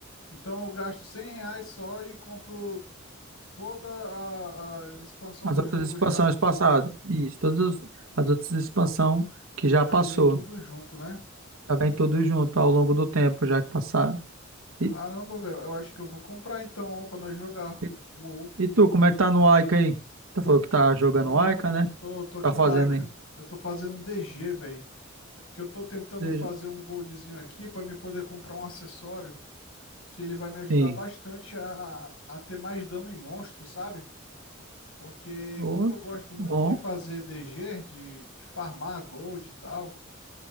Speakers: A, on the left; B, on the right.
A: Então eu gasto 100 reais só e compro toda a, a expansão
B: As
A: do
B: outras
A: jogo
B: expansões
A: já.
B: passadas. Isso, todas as outras expansões que já
A: Já
B: passou.
A: vem tudo junto, né?
B: Já vem tudo junto ao longo do tempo, já que passaram.
A: Caramba,
B: E,
A: velho, eu acho que eu vou comprar então, ó, pra nós jogar.
B: e,
A: Uou.
B: e tu, como é que tá no Aika aí? Tá falando que tá
A: Mano,
B: jogando Aika, né?
A: tô, tô aqui
B: Tá fazendo
A: no Ica.
B: aí?
A: Eu tô fazendo DG, velho. É porque eu tô tentando
B: De-
A: fazer um goldzinho aqui pra me poder comprar um acessório que ele vai me ajudar
B: Sim.
A: bastante a, a ter mais dano em monstro, sabe? Porque
B: Ô,
A: como eu gosto muito
B: bom,
A: de fazer DG, de, de farmar gold e tal,